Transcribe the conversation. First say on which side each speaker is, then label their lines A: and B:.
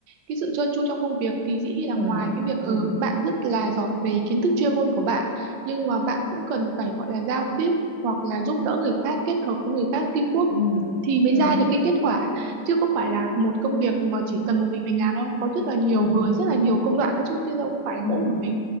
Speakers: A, on the right; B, on the right.
A: cái sự trơn tru trong công việc thì dĩ nhiên là
B: ừm,
A: ngoài cái việc ừ,
B: ừm,
A: bạn rất là giỏi về kiến thức chuyên môn của bạn nhưng mà bạn cũng cần phải gọi là giao tiếp hoặc là giúp đỡ người khác kết hợp với người khác teamwork
B: ừm,
A: thì mới
B: ừm,
A: ra được cái kết quả chứ không phải là một công việc mà chỉ cần một mình mình làm đâu có rất là nhiều
B: ừm,
A: người rất là nhiều công đoạn đó chứ chứ đâu có phải là
B: ừm,
A: mỗi một mình